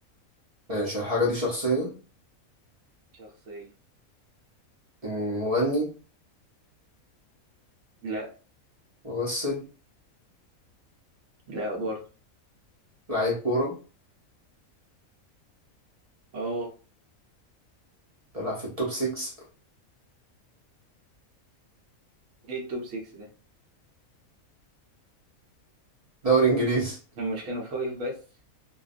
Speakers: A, on the right; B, on the right.
A: ماشي الحاجة دي شخصية
B: شخصية
A: مم، مغني
B: لا
A: ممثل
B: لا برضه
A: لعيب كورة
B: اه
A: بيلعب في التوب 6
B: ايه التوب 6 ده
A: دوري انجليزي
B: هم مش كانوا فايف بس